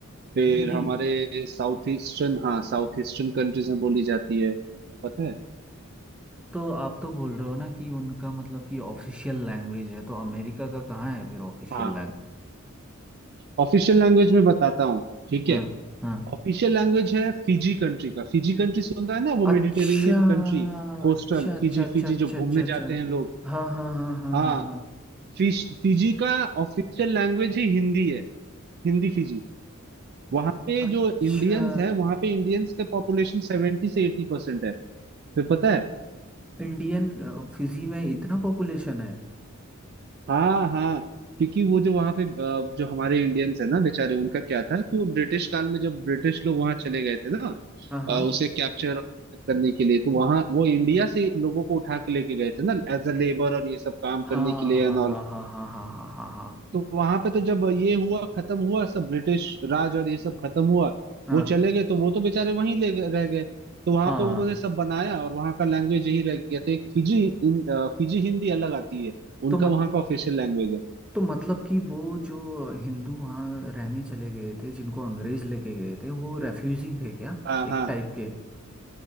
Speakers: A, on the right; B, in the centre.
A: फिर
B: हिंदी
A: हमारे साउथ ईस्टर्न हाँ साउथ ईस्टर्न कंट्रीज में बोली जाती है पता है
B: तो आप तो बोल रहे हो ना कि उनका मतलब कि ऑफिशियल लैंग्वेज है तो अमेरिका का कहाँ है फिर ऑफिशियल
A: हाँ
B: लैंग्वेज
A: ऑफिशियल लैंग्वेज में बताता हूँ ठीक
B: हाँ
A: है
B: हाँ
A: ऑफिशियल लैंग्वेज है फिजी कंट्री का फिजी कंट्री सुना है ना वो
B: अच्छा
A: Mediterranean country coastal
B: अच्छा अच्छा
A: Fiji
B: अच्छा
A: Fiji
B: अच्छा
A: जो घूमने
B: अच्छा अच्छा
A: जाते हैं लोग
B: हाँ हाँ हाँ हाँ
A: हाँ
B: हाँ हाँ
A: फिश फिजी का ऑफिशियल लैंग्वेज ही हिंदी है हिंदी फिजी वहां पे
B: अच्छा
A: जो इंडियंस है वहां पे इंडियंस का पॉपुलेशन सेवेंटी से एटी परसेंट है तो पता है
B: इंडियन फिजी में इतना पॉपुलेशन है
A: हाँ हाँ क्योंकि वो जो वहां पे अ, जो हमारे इंडियंस है ना बेचारे उनका क्या था कि वो ब्रिटिश काल में जब ब्रिटिश लोग वहां चले गए थे ना
B: हाँ हाँ
A: अ, उसे कैप्चर करने के लिए तो वहां वो इंडिया से लोगों को उठा के लेके गए थे ना एज अ लेबर और ये सब काम
B: हाँ
A: करने के लिए
B: हाँ
A: एंड ऑल
B: हाँ हाँ हाँ हाँ हाँ हाँ
A: तो वहां पे तो जब ये हुआ खत्म हुआ सब ब्रिटिश राज और ये सब खत्म हुआ
B: हाँ
A: वो चले गए तो वो तो बेचारे वहीं ले गए- रह गए तो वहां
B: हाँ
A: पे
B: हाँ
A: उन्होंने
B: हाँ।
A: सब बनाया और वहां का लैंग्वेज यही रह गया तो एक फिजी इन, अ, फिजी हिंदी अलग आती है
B: तो
A: उनका
B: मत
A: वहां का ऑफिशियल लैंग्वेज है
B: तो मतलब कि वो जो हिंदू वहाँ रहने चले गए थे जिनको अंग्रेज लेके गए थे वो रेफ्यूजी थे क्या
A: हाँ हाँ
B: एक टाइप के